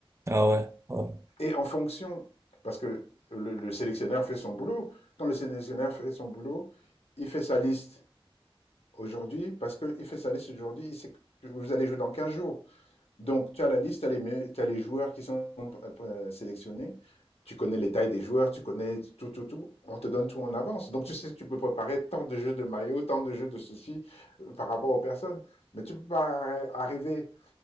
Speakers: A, on the right; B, on the left.
A: Ah ouais, ouais.
B: Et en fonction, parce que le, le sélectionneur fait son boulot, quand le sélectionneur fait son boulot, il fait sa liste aujourd'hui, parce qu'il fait sa liste aujourd'hui, il sait que vous allez jouer dans 15 jours. Donc, tu as la liste, tu as, les, tu as les joueurs qui sont euh, sélectionnés, tu connais les tailles des joueurs, tu connais tout, tout, tout. On te donne tout en avance. Donc, tu sais, tu peux préparer tant de jeux de maillots, tant de jeux de ceci euh, par rapport aux personnes. Mais tu peux pas arriver